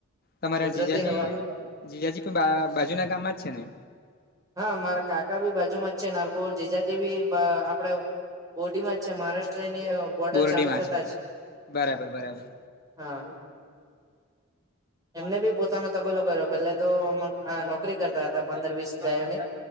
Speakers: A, on the left; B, on the right.
A: તમારા
B: કુદરતી
A: જીજાજી
B: હવા
A: જીજાજી પણ બાજુ ના ગામમાં જ છે ને
B: હા મારા કાકા ભી બાજુ માં જ છે નારગોલ જીજાજી બી આપડે બોડીમાં જ છે મહારાષ્ટ્રની બોર્ડર
A: બોરડી
B: ચાલુ
A: માં
B: થતા
A: છે
B: જ
A: બરાબર બરાબર
B: હા એમને બી પોતાનો તબેલો કર્યો પેલા તો નોકરી કરતા હતા પંદર વીસ ગાયો ની